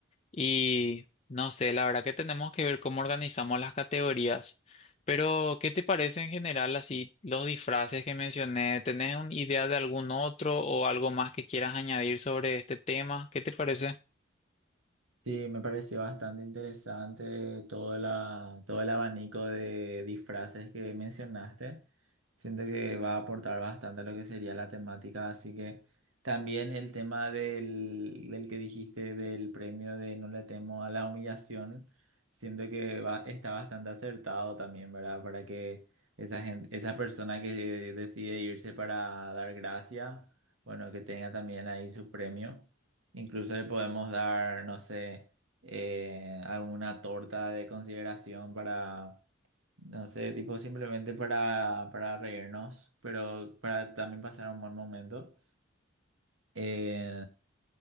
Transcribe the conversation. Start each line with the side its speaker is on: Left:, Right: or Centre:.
Left: y no sé, la verdad que tenemos que ver cómo organizamos las categorías. Pero, ¿qué te parece en general así los disfraces que mencioné? ¿Tenés una idea de algún otro o algo más que quieras añadir sobre este tema? ¿Qué te parece?
Right: Sí, me pareció bastante interesante todo la, todo el abanico de disfraces que mencionaste. Siento que va a aportar bastante a lo que sería la temática, así que también el tema del, del que dijiste del premio de No le temo a la humillación, siento que va, está bastante acertado también, ¿verdad? Para que esa gente, esa persona que decide irse para dar gracia, bueno, que tenga también ahí su premio. Incluso le podemos dar, no sé, eh, alguna torta de consideración para, no sé, tipo simplemente para, para reírnos, pero para también pasar un buen momento. Eh,